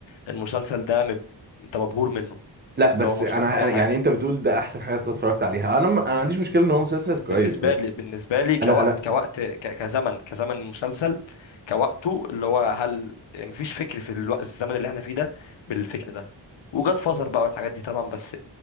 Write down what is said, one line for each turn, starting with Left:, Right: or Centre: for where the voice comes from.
Left: المسلسل ده مب... انت مبهور منه
Right: لا بس
Left: اللي هو
Right: انا
Left: مش ناقصه اي
Right: أنا-
Left: حاجة
Right: يعني انت بتقول ده احسن حاجه انت اتفرجت عليها انا م- انا ما عنديش مشكله ان هو مسلسل كويس
Left: بالنسبه
Right: بس
Left: لي بالنسبه لي كوقت
Right: انا انا
Left: كوقت ك- كزمن كزمن المسلسل كوقته اللي هو هل يعني مفيش فكر في الوقت الزمن اللي احنا فيه ده بالفكر ده وجاد فازر بقى والحاجات دي طبعا بس